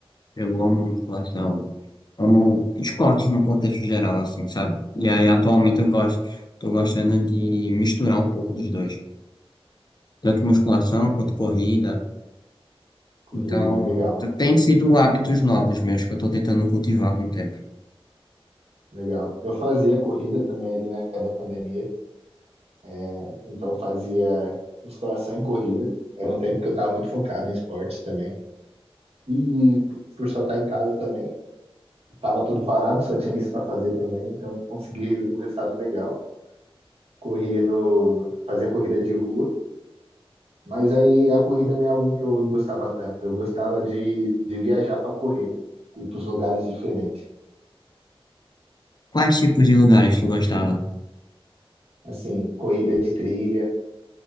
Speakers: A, on the left; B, on the right.
A: eu amo musculação, amo esporte no contexto geral, assim, sabe? E aí atualmente eu gosto, tô gostando de misturar um pouco dos dois, tanto musculação quanto corrida.
B: Corrida,
A: Então,
B: legal,
A: t- tem sido hábitos novos meus que eu tô tentando cultivar com o tempo.
B: legal. Eu fazia corrida também ali na época da pandemia. É, então fazia musculação e corrida. Era um tempo que eu estava muito focado em esportes também. E por só estar em casa também, estava tudo parado, só tinha isso para fazer também. Então consegui um resultado legal. Corria no, fazia corrida de rua. Mas aí a corrida não é algo que eu gostava tanto. Eu gostava de, de viajar para correr, ir para os lugares diferentes.
A: Quais tipos de lugares tu gostava?
B: Assim, corrida de trilha,